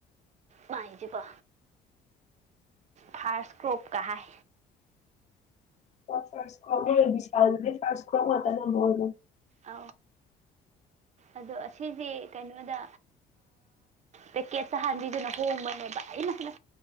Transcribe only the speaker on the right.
ꯃꯥꯏꯁꯤꯕꯣ ꯐꯥꯔꯁ ꯀ꯭ꯔꯣꯞꯀ ꯍꯥꯏ
ꯑ ꯑꯗꯣ ꯑꯁꯤꯁꯦ ꯀꯩꯅꯣꯗ ꯄꯦꯛꯀꯦꯠ ꯆ ꯍꯥꯡꯕꯤꯗꯨꯅ ꯍꯣꯡꯕꯅꯦꯕ ꯑꯩꯅ